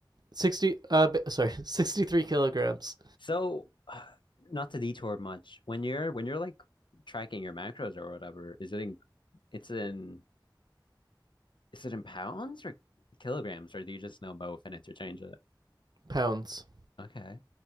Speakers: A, on the right (about 60°); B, on the left (about 80°).
A: sixty. uh sorry <laughs> 63 kilograms
B: So, uh, not to detour much, when you're when you're like tracking your macros or whatever, is it in it's in is it in pounds or kilograms or do you just know both and interchange it?
A: pounds
B: Okay.